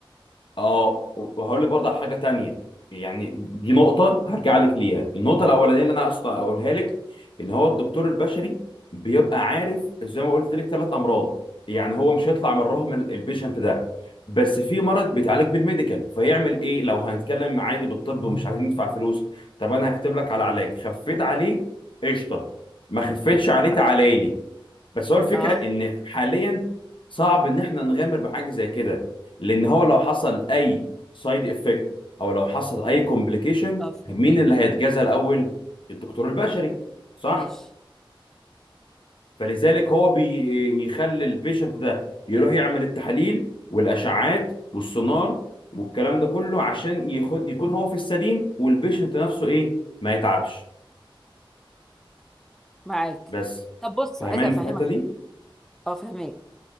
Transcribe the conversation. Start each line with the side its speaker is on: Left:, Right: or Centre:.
Left: اه وهقول لك برضه على حاجه تانية يعني دي نقطه هرجع لك ليها النقطه الاولانيه اللي انا اقصد اقولها لك ان هو الدكتور البشري بيبقى عارف زي ما قلت لك ثلاث امراض يعني هو مش هيطلع مرهم ال- البيشنت ده بس في مرض بيتعالج بالميديكال فيعمل ايه لو هنتكلم عادي بالطب ومش عايزين ندفع فلوس طب انا هكتب لك على علاج خفيت عليه قشطه ما خفيتش عليه تعالى لي. بس هو الفكره
Centre: اه
Left: ان حاليا صعب ان احنا نغامر بحاجه زي كده لان هو لو حصل اي سايد افكت او لو حصل اي كومبليكيشن
Centre: اه فهميك
Left: مين اللي هيتجازى الاول الدكتور البشري صح
Centre: ماشي
Left: فلذلك هو بيخلي البيشنت ده يروح يعمل التحاليل والاشعاعات والسونار والكلام ده كله عشان يخد يكون هو في السليم والبيشنت نفسه ايه ما يتعبش
Centre: معاك
Left: بس
Centre: طب بص
Left: فاهماني
Centre: عايزه افهمك
Left: في الحته دي
Centre: حاجه اه فهميك